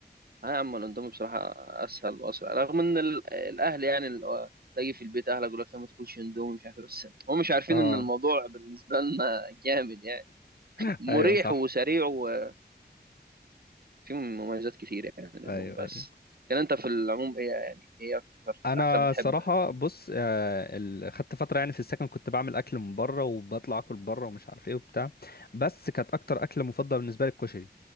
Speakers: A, on the right; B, on the left.
A: اه يا عم الاندومي بصراحه اسهل واسرع رغم ان ال- الاهل يعني ال- تلاقي في البيت اهلك يقول لك لا ما تاكلش اندومي مش عارف إيه، بس هم مش عارفين
B: اه
A: ان الموضوع بالنسبه لنا جامد يعني
B: <laughs>
A: مريح
B: ايوه صح
A: وسريع وفيه مميزات كتير يعني الاندومي
B: ايوه
A: بس
B: أيوة.
A: كان انت في العموم ايه يعني ايه اكتر
B: انا
A: اكله بتحبها
B: صراحه بص آه، ال- خدت فتره يعني في السكن كنت بعمل اكل من بره وبطلع اكل بره ومش عارف ايه وبتاع بس كانت اكتر اكله مفضله بالنسبه لي الكشري